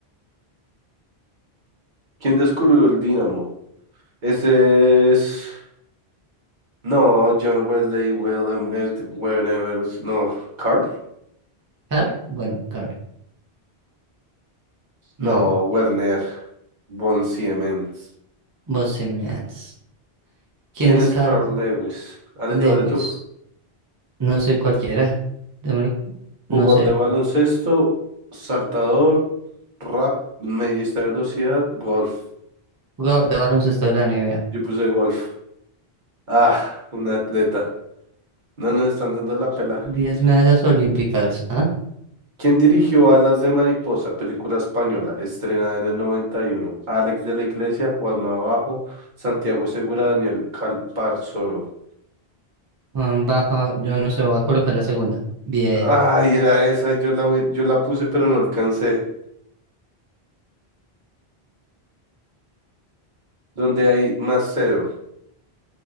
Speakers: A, on the right (about 50°); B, on the right (about 30°).
A: ¿Quién descubrió el dínamo? Ese es. No, John Wesley, Willem, Ed- Werner, no, Carl,
B: ¿Carl? Bueno, Carl.
A: no,
B: No,
A: Werner von Siemens.
B: Bohemians. ¿Quién
A: ¿Quién
B: es
A: es
B: Carl
A: Carl Lewis? Dale
B: Lewis?
A: tú, dale tú.
B: No sé, cualquiera. Démosle-
A: Jugador
B: No sé.
A: de baloncesto, saltador, rap, medista de velocidad, golf.
B: Jugador de baloncesto de la NBA.
A: Yo puse golf. Ah, un atleta. No nos están dando la pela.
B: Diez medallas olímpicas. ¿Ah?
A: ¿Quién dirigió Alas de Mariposa, película española, estrenada en el noventa y uno. Alex de la Iglesia, Juan Mabajo, Santiago Segura, Daniel Calparsoro.
B: Ah, Baja, yo no sé, voy a colocar la segunda. Bien.
A: Ay, era esa, yo la, hu- yo la puse, pero no alcancé. ¿Dónde hay más cero?